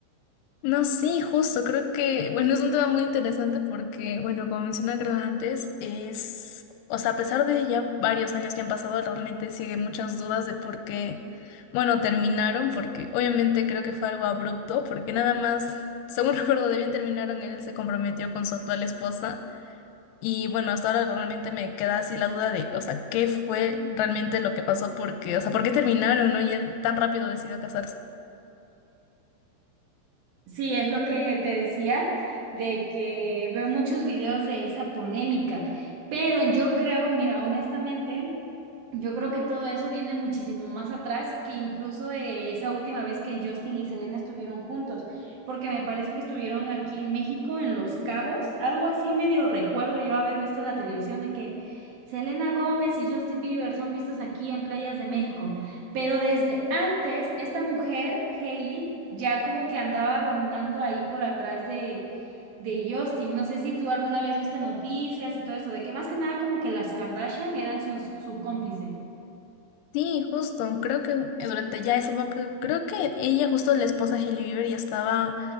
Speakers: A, on the left; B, on the right.
A: No, sí, justo, creo que, bueno, es un tema muy interesante porque, bueno, como mencioné creo antes, es, o sea, a pesar de ya varios años que han pasado, realmente sigue muchas dudas de por qué, bueno, terminaron, porque obviamente creo que fue algo abrupto, porque nada más, según <laughs> recuerdo de bien, terminaron, él se comprometió con su actual esposa y, bueno, hasta ahora realmente me queda así la duda de, o sea, ¿qué fue realmente lo que pasó? Porque, o sea, ¿por qué terminaron, no? Y él tan rápido decidió casarse.
B: Sí, es lo que te decía, de que veo muchos videos de esa polémica, pero yo creo, mira, honestamente, yo creo que todo eso viene muchísimo más atrás que incluso de esa última vez que Justin y Selena estuvieron juntos, porque me parece que estuvieron aquí en México, en Los Cabos, algo así medio recuerdo yo haber visto en la televisión de que Selena Gómez y Justin Bieber son vistos aquí en playas de México. Pero desde antes, esta mujer, Hailey, ya como que andaba rondando ahí por atrás de, de Justin. No sé si tú alguna vez viste noticias y todo eso, de que más que nada como que las Kardashian eran sus, su cómplice.
A: Sí, justo, creo que durante ya eso, porque creo que ella, justo la esposa de Hailey Bieber, ya estaba